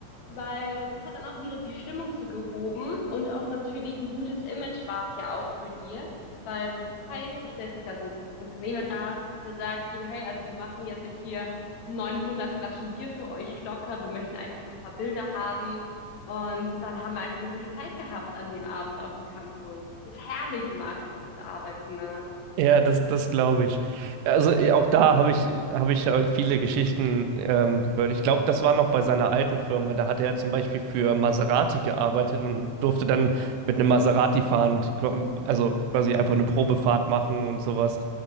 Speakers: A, on the left (about 65°); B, on the right (about 85°).
A: weil das hat dann auch wieder die Stimmung so gehoben und auch natürlich ein gutes Image war es ja auch für dir. Weil, hey, du stellst dich da als Unternehmer da, der sagt, jo, hey, also wir machen jetzt hier 900 Flaschen Bier für euch locker, wir möchten einfach nur ein paar Bilder haben. Und dann haben wir einfach eine gute Zeit gehabt an dem Abend auf dem Campus. Es ist herrlich, im Marketing zu arbeiten, ne?
B: Ja, das, das glaube ich. Also eh, auch da habe ich, habe ich halt viele Geschichten ähm, gehört. Ich glaube, das war noch bei seiner alten Firma. Da hat er zum Beispiel für Maserati gearbeitet und durfte dann mit einem Maserati fahren, Qu- also quasi einfach eine Probefahrt machen und sowas.